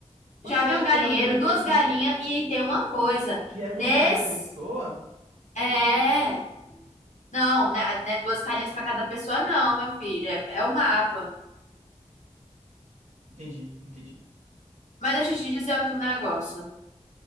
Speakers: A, on the right; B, on the left.
A: Pois
B: já vem
A: é,
B: um galinheiro,
A: você já ganha coisa,
B: duas galinhas
A: né?
B: e tem uma coisa.
A: E é
B: Nesse,
A: por cada pessoa?
B: é, não, né, né, duas galinhas para cada pessoa, não, meu filho, é, é o mapa.
A: Entendi, entendi.
B: Mas deixa eu te dizer aqui um negócio.